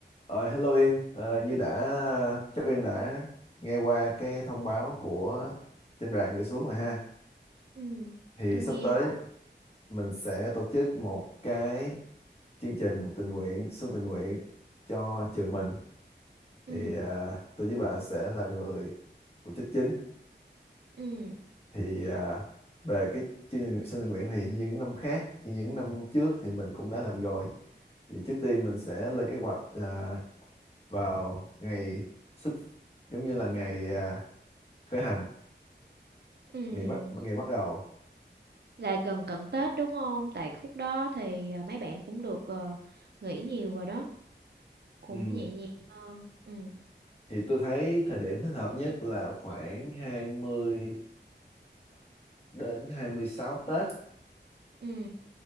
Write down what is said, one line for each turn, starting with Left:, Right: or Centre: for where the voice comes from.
Left: Ờ, hello Yên, Ờ, như đã chắc Yên đã nghe qua cái thông báo của trên đoàn gửi xuống rồi ha.
Right: Ừ,
Left: Thì
Right: tôi
Left: sắp
Right: nghe
Left: tới mình sẽ tổ chức một cái chương trình tình nguyện, xuân tình nguyện cho trường mình.
Right: ừ,
Left: Thì ờ, tôi với bà sẽ là người phụ trách chính.
Right: ừ,
Left: Thì ờ, về cái chương trình xuân tình nguyện thì như những năm khác, như những năm trước thì mình cũng đã làm rồi. Thì trước tiên mình sẽ lên kế hoạch ờ, vào ngày xuất giống như là ngày à, khởi hành
Right: ừ.
Left: ngày bắt ngày bắt đầu
Right: là gần cận Tết đúng không? Tại khúc đó thì à, mấy bạn cũng được ờ, nghỉ nhiều rồi đó, cũng
Left: Ừm,
Right: nhẹ nhàng hơn. Ừ,
Left: thì tôi thấy thời điểm thích hợp nhất là khoảng 25 đến 26 Tết
Right: ừ,